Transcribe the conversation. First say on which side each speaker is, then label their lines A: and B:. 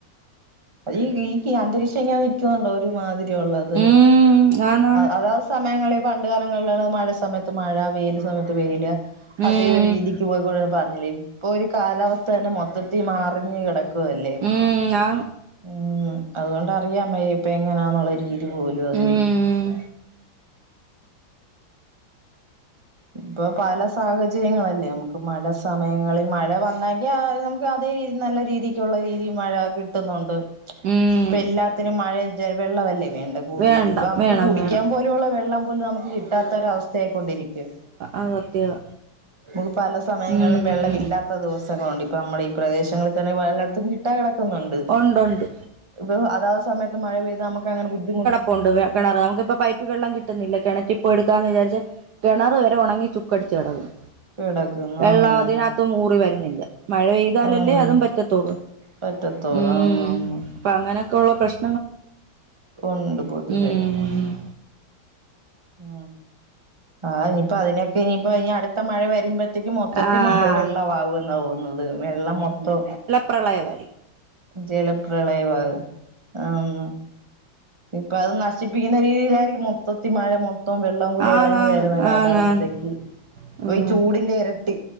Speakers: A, on the right (about 15°); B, on the right (about 65°).
A: അ ഈ ഈ അന്തരീക്ഷം ഇങ്ങനെ നൽക്കുന്നുണ്ടോ ഒരുമാതിരിള്ളത്
B: ഉം ആന്ന് ആന്ന്
A: അത സമയങ്ങള പണ്ട് കാലങ്ങളുള്ള മഴ സമയത്ത് മഴ വെയിൽ സമയത്ത് വെയിൽ അതേ
B: ഉം
A: ഒരു രീതി ക്ക് പോയിക്കൊണ്ട് പറഞ്ഞില്ലേ ഇപ്പൊ ഒരു കാലാവസ്ഥ തന്നെ മൊത്തത്തിൽ മാറിഞ്ഞ് കിട ല്ലേ
B: ഉം ഞാൻ
A: ഉ അതുകൊണ്ടറിയാമ്മ ഇപ്പ എങ്ങനാന്നുള്ളത് രീതു പോ <unintelligible> ലും അതിറെ
B: ഉം
A: ഇപ്പൊ പല സാഹചര്യങ്ങളല്ലേ നമുക്ക് മഴ സമയങ്ങളിൽ മഴ വന്നെങ്കിൽ ആ നമുക്ക് അതേ രീതി നല്ല രീതിക്കുള്ള രീതി മഴ കിട്ടുന്നുണ്ട്
B: ഉം
A: ഇപ്പൊ എല്ലാത്തിനും മഴ വെള്ളമല്ലേ വേണ്ടത് കൂടുതലിപ്പൊ
B: വേണ്ട
A: നമുക്ക്
B: വേണം
A: കുടിക്കാൻ
B: വേണം
A: പോലുവുള്ളവെള്ളം പോലും നമുക്ക് കിട്ടാത്ത ഒര വസ്ഥയായിക്കൊണ്ടിരിക്ക്യാ
B: ആത് സത്യവാ
A: നമുക്ക് പല സമയങ്ങളിലും
B: ഉം
A: വെള്ളം
B: ഉം
A: ഇല്ലാത്ത ദിവസങ്ങളുണ്ട് ഇപ്പ നമ്മുടെ ഈ പ്രദേശങ്ങളിൽ തന്നെ പലയിടത്തും കിട്ടും കിട്ടാതെ കിടക്കുന്നുണ്ട്
B: ഒണ്ടുണ്ട്
A: ഇത് അതാത് സമയത്ത് മഴെപെയ് താൽ നമ്മക്ക് അങ്ങനെ ബുദ്ധിമുട്ട്
B: ഇപൊണ്ട് കിണർ നമുക്കിപ്പോ പൈപ്പി വെള്ളം കിട്ടുന്നില്ല കിണറ്റിപ്പോയി എടുക്കാ എന്ന് വിചാരിച്ച് കിണറ് വരെ ഉണങ്ങി ചുക്കടിച്ചു കെടക്ക്ണ്
A: കിടക്കുന്ന
B: വെള്ളം
A: ആന്ന്
B: അതിനകത്തും ഊറി വരുന്നില്ല മഴ പെയ്താലല്ലേ
A: ആഹ്
B: അതും പറ്റത്തോള്
A: പറ്റത്തോളൂ
B: ഉ
A: ആന്ന് ആന്ന്
B: അപ്പൊ അങ്ങനൊക്കെ ഉള്ള പ്രശ്
A: ഉണ്ട് പൊതുവെ
B: ഉം
A: ഉ ആ ഇനിപ്പൊ അതിനൊക്കെ ഇനിപ്പോ ഇ അടുത്ത മഴ വരുമ്പ ത്തേക്ക് മൊത്തത്തി
B: ആഹ്
A: മഴ വെള്ള ആവോന്ന തോന്നുന്നത് വെള്ളം മൊത്തൊ
B: പ്രളയമായി
A: ജലപ്രളയമാണ് ആന്ന് ഇപ്പൊ അത് നശിപ്പിക്കുന്ന രീതിയിലായിരിക്കും മൊത്തത്തി മഴ മൊത്തൊ വെ വെള്ളം കൂടി
B: ആന്നാന്ന്
A: ഇറങ്ങി വരുന്ന കാലാവസ്ഥക്ക്
B: ആന്നാന്ന്
A: അപ്പൊ
B: ഉം
A: ഈ ചൂടിന്റെ എരട്ടി